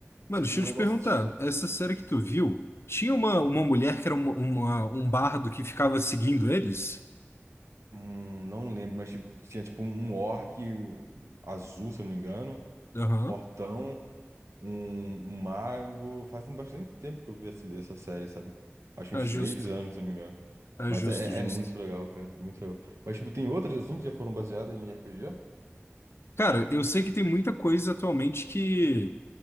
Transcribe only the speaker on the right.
Tipo,
um
negócio,
tipo,
hum, não lembro, mas tipo, tinha, tipo, um orc azul, se eu não me engano,
fortão. um, um mago. Faz um bastante tempo que eu vi essa, essa série, sabe? Acho
uns
três anos, se não me engano.
Mas
é,
é é muito legal, cara. é Muito legal. Mas, tipo, tem outras assim que já foram baseadas em RPG?